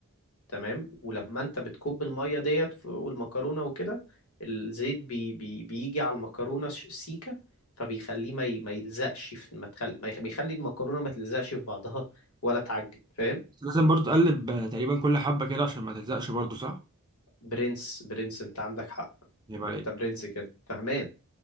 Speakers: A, on the left; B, on the right.
A: تمام ولما انت بتكب الميه ديت في- والمكرونه وكده الزيت بي بي بيجي على المكرونه ش- سيكه فبيخليه ما ي- ما يلزقش في ما تخل... ما يخ- بيخلي المكرونه ما تلزقش في بعضها ولا تعجن فاهم
B: بس لازم برضو تقلب آه، تقريبا كل حبه كده عشان ما تلزقش برضو صح
A: برنس برنس انت عندك حق
B: يبقى
A: انت
B: عليك
A: برنس كده فهمان